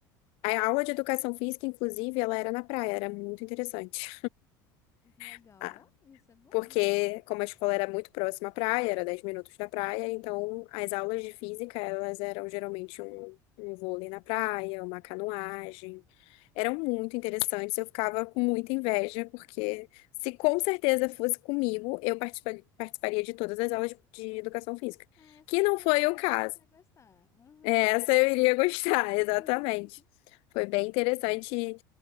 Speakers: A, on the left; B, on the left.
A: a aula de educação física, inclusive, ela era na praia, era muito interessante.
B: Que legal,
A: <laughs>
B: ó, isso é bom.
A: porque como a escola era muito próxima à praia, era 10 minutos da praia, então as aulas de física, elas eram geralmente um, um vôlei na praia, uma canoagem. Eram muito interessantes, eu ficava com muita inveja, porque se com certeza fosse comigo, eu participa- participaria de todas as aulas de educação física,
B: É, essa
A: que
B: você,
A: não foi o
B: essa
A: caso.
B: você vai gostar. Aham.
A: É, Essa eu iria gostar, <laughs> exatamente.
B: <laughs>
A: Foi bem interessante